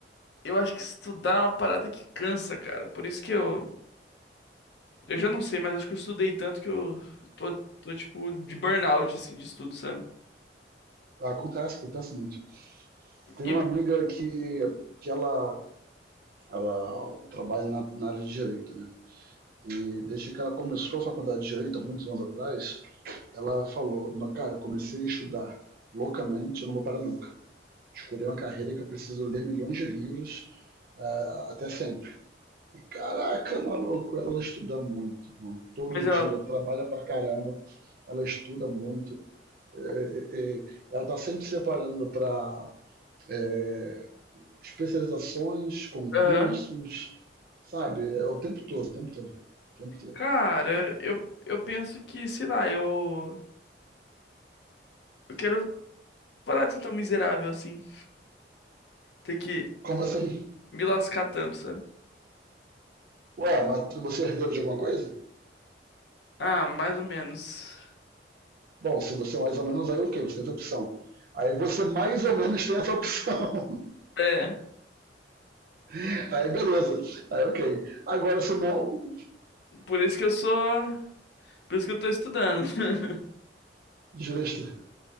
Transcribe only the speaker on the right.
acontece, acontece muito. Tem
uma amiga que, que ela Ela trabalha na, na área de direito, né? E desde que ela começou a faculdade de direito, há muitos anos atrás, ela falou: "Não, Cara, eu comecei a estudar loucamente, eu não vou parar nunca. Escolhi uma carreira que eu preciso ler milhões de livros ah, até sempre. E caraca, maluco, ela estuda muito, irmão. Todo
dia
ela trabalha pra caramba, ela estuda muito. É, é, é, ela tá sempre se preparando pra é, especializações, concursos,
sabe? É o tempo todo, o tempo todo, o tempo todo.
Como assim?
Ué, mas tu- você é herdeiro de alguma coisa?
Bom, se você é mais ou menos, aí ok, você tem essa opção. Aí você mais ou menos tem essa opção.
<laughs> Aí beleza. Aí ok. Agora, se não,
justo.